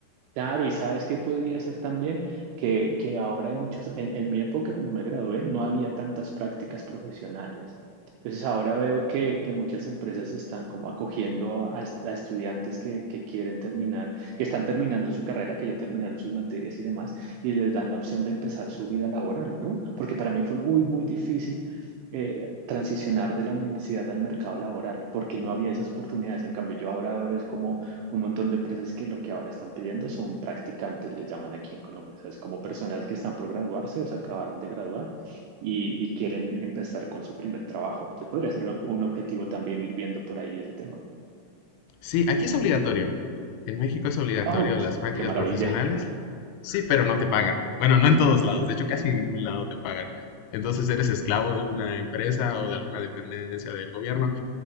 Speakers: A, on the right; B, on the left.
A: Claro, y sabes qué podría ser también que, que ahora hay muchas, en, en mi época cuando me gradué no había tantas prácticas profesionales. Entonces ahora veo que, que muchas empresas están como acogiendo a, a est- a estudiantes que, que quieren terminar, que están terminando su carrera, que ya terminaron sus materias y demás, y les dan la opción de empezar su vida laboral, ¿no? Porque para mí fue muy, muy difícil eh, transicionar de la universidad al mercado laboral, porque no había esas oportunidades. En cambio, yo ahora veo es como un montón de empresas que lo que ahora están pidiendo son practicantes, le llaman aquí en Colombia, o sea, es como personas que están por graduarse o se acabaron de graduar y, y quieren empezar con su primer trabajo. Entonces podría ser un, un objetivo también ir viendo por ahí ese tema.
B: Sí, aquí es obligatorio. En México es obligatorio
A: ¡Oh,
B: las prácticas
A: qué maravilla!
B: profesionales. Sí, pero no te pagan. Bueno, no en todos lados. De hecho, casi en ningún lado te pagan. Entonces eres esclavo de una empresa o de alguna dependencia del gobierno.